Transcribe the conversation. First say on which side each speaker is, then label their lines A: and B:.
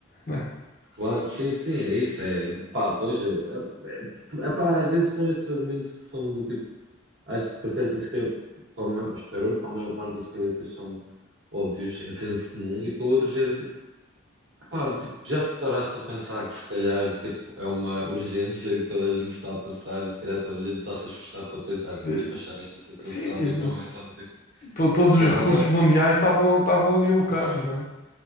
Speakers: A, on the left; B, on the right.
A: né?
B: Claro, sim, sim, é isso. É, pá, pois, é, é, é, pá, às vezes são esses argumentos que são do tipo. Acho que para certas, ca- para uma, espero eu, para a maior parte das cabeças são óbvios, é senso comum, e para outros é do tipo, pá, tipo, já te paraste a pensar que se calhar tipo, é uma urgência que toda a gente está a passar e se calhar toda a gente está a se esforçar para tentar
A: Sim,
B: despachar esta situação
A: sim, tipo,
B: e não é só do tipo,
A: to- todos os
B: "Ya,
A: recursos
B: agora
A: mundiais estavam estavam ali alocados,
B: sim.
A: né?